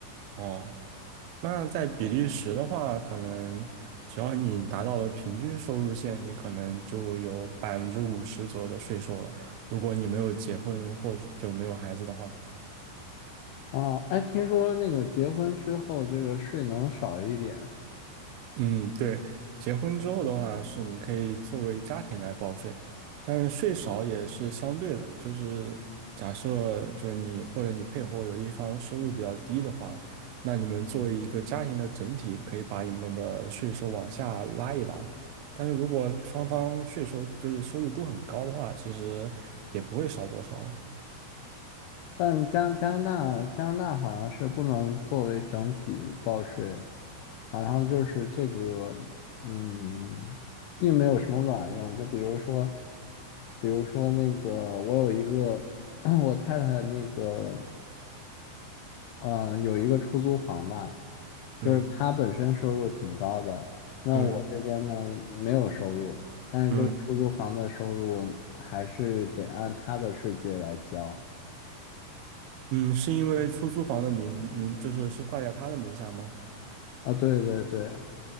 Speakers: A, on the right; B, on the left.
A: 哦，那在比利时的话，可能只要你达到了平均收入线，你可能就有百分之五十左右的税收了。如果你没有结婚或者就没有孩子的话，
B: 哦，哎，听说那个结婚之后，这个税能少一点。
A: 嗯，对，结婚之后的话是你可以作为家庭来报税，但是税少也是相对的，就是假设就是你或者你配偶有一方收入比较低的话，那你们作为一个家庭的整体，可以把你们的税收往下拉一拉。但是如果双方税收就是收入都很高的话，其实也不会少多少了。
B: 但加加拿大加拿大好像是不能作为整体报税，好像就是这个，嗯，并没有什么卵用。就比如说，比如说那个，我有一个 <clears throat> 我太太那个，嗯、有一个出租房吧，就是她本身收入挺高的，
A: 嗯
B: 那我这边呢没有收入，
A: 嗯
B: 但是这个出租房的收入还是得按他的税阶来交。
A: 嗯嗯，是因为出租房的名名就是是挂在他的名下吗？
B: 啊，对对对。